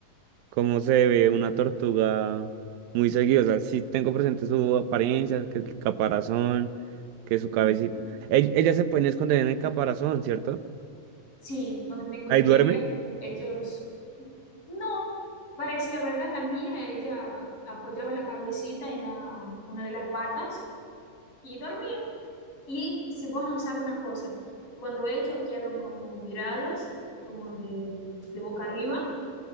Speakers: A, on the right; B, on the left.
A: cómo se ve una tortuga muy seguido. O sea, sí tengo presente su apariencia, que el caparazón, que su
B: Ujú.
A: cabecita. Ell- Ellas se pueden esconder en el caparazón, ¿cierto?
B: Sí, cuando tengo,
A: Ahí
B: tiene
A: duerme.
B: miedo, ellos... No, para decir la verdad, la mía, ella apoyaba la cabecita en la, una de las patas y dormía. Y si vos no sabes una cosa, cuando ellos quedan como viradas, como de, de boca arriba,